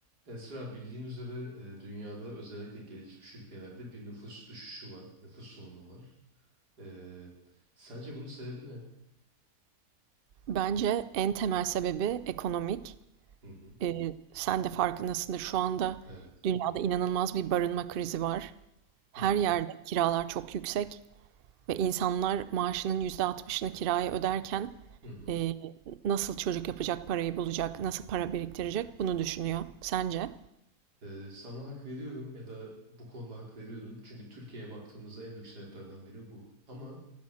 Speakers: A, on the right; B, on the right.
A: Esra bildiğin üzere e, dünyada özellikle gelişmiş ülkelerde bir nüfus düşüşü var. Nüfus sorunu var. E, sence bunun sebebi ne?
B: Bence en temel sebebi ekonomik.
A: Hı hı.
B: Ee, sen de farkındasındır. Şu anda
A: Evet.
B: dünyada inanılmaz bir barınma krizi var. Her
A: Hı hı.
B: yerde kiralar çok yüksek ve insanlar maaşının %60'ını kiraya öderken
A: Hı hı.
B: e, nasıl çocuk yapacak parayı bulacak, nasıl para biriktirecek bunu düşünüyor. Sence?
A: E, sana hak veriyorum ya da bu konuda hak veriyordum. Çünkü Türkiye'ye baktığımızda en büyük sebeplerden biri bu. Ama